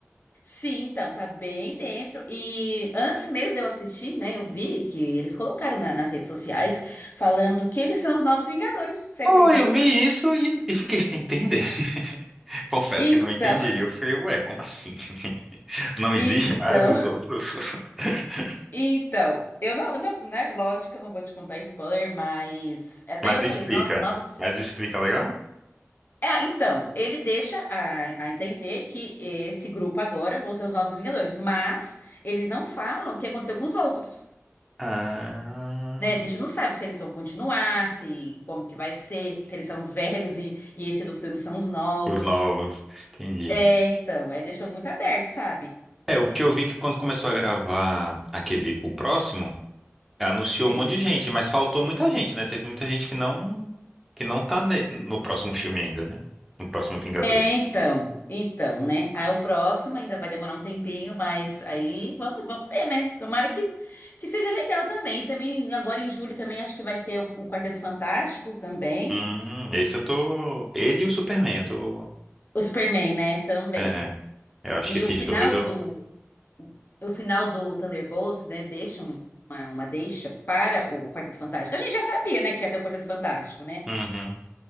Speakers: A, on the left; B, in the centre.
A: Sim, então, tá bem dentro. E antes mesmo de eu assistir, né, eu vi que eles colocaram na- nas redes sociais falando que eles são os novos Vingadores. Você acredita?
B: Oh, eu vi isso e, e fiquei sem entender. <laughs> Confesso
A: Então,
B: que não entendi. Eu falei, ué, como assim? <laughs>
A: <laughs>
B: Não
A: então,
B: existe mais os outros? <laughs>
A: então. Eu não, eu não, né? Lógico que eu não vou te contar spoiler, mas até
B: Mas
A: eu
B: explica.
A: falei, nossa, novos.
B: Mas explica legal?
A: Ah, então, ele deixa a, a entender que esse grupo agora vão ser os novos Vingadores, mas eles não falam o que aconteceu com os outros,
B: Ah,
A: né? A gente não sabe se eles vão continuar, se como que vai ser, se eles são os velhos e, e esse do filme são os novos.
B: os novos. Entendi.
A: É, então, aí deixou muito aberto, sabe?
B: É, o que eu vi que quando começou a gravar aquele, o próximo, anunciou
A: Sim.
B: um monte de gente, mas faltou muita gente, né? Teve muita gente que não, que não tá ne- no próximo filme ainda, né? No próximo Vingadores.
A: É, então, então, né? Aí o próximo ainda vai demorar um tempinho, mas aí vamos, vamos ver, né? Tomara que, que seja legal também. E também agora em julho também acho que vai ter o, o Quarteto Fantástico também,
B: Hum, esse eu tô. Ele e o Superman, eu tô.
A: o Superman, né? Também.
B: É, eu acho
A: E
B: que esses
A: o final
B: dois eu.
A: do o final do Thunderbolts, né? Deixa um, uma, uma deixa para o Quarteto Fantástico. A gente já sabia, né? Que ia ter o Quarteto Fantástico, né?
B: Uhum.